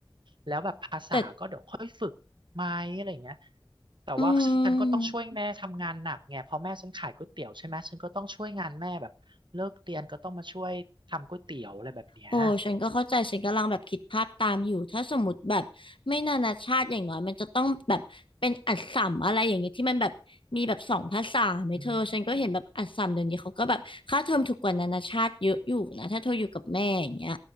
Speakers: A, on the right; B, on the left.
A: แล้วแบบภาษาก็เดี๋ยวค่อยฝึกไหมอะไรอย่างเงี้ย
B: แต่
A: แต่ว่าฉันก็ต้องช่วยแม่ทำงานหนักไงเพราะแม่ฉันขายก๋วยเตี๋ยวใช่ไหมฉันก็ต้องช่วยงานแม่แบบเลิกเรียนก็ต้องมาช่วยทำก๋วยเตี๋ยวอะไรแบบเนี้ย
B: อืม โอ้ฉันก็เข้าใจฉันกำลังแบบคิดภาพตามอยู่ถ้าสมมติแบบไม่นานาชาติอย่างน้อยมันจะต้องแบบเป็นอัสสัมอะไรอย่างเงี้ยที่มันแบบมีแบบสองภาษาไหมเธอฉันก็เห็นแบบอัสสัมเดี๋ยวนี้เขาก็แบบค่าเทอมถูกกว่านานาชาติเยอะอยู่นะถ้าเธออยู่กับแม่อย่างเงี้ย
A: อืม